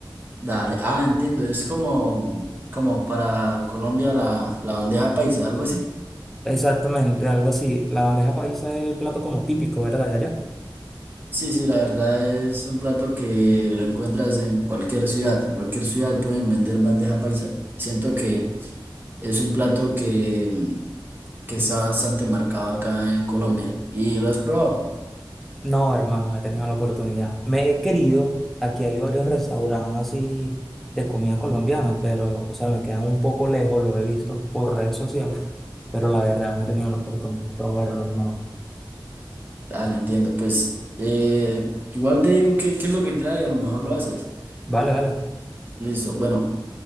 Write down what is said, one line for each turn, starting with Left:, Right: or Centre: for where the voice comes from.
Right: Dale. Ah, entiendo, es como, como para Colombia la, la bandeja paisa, algo así.
Centre: Exactamente, algo así. La bandeja paisa es el plato como típico, ¿verdad? De allá.
Right: Sí, sí, la verdad es un plato que lo encuentras en cualquier ciudad. En cualquier ciudad pueden vender bandeja paisa. Siento que es un plato que, que está bastante marcado acá en Colombia. ¿Y lo has probado?
Centre: No, hermano, no he tenido la oportunidad. Me he querido, aquí hay varios restaurantes así de comida colombiana, pero, o sea, me quedan un poco lejos, lo he visto por redes sociales, pero la verdad no he tenido la oportunidad de probarlo, hermano.
Right: Dale, entiendo. Pues eh, igual te digo qué, qué es lo que trae, a lo mejor lo haces.
Centre: Vale, vale.
Right: Listo. Bueno,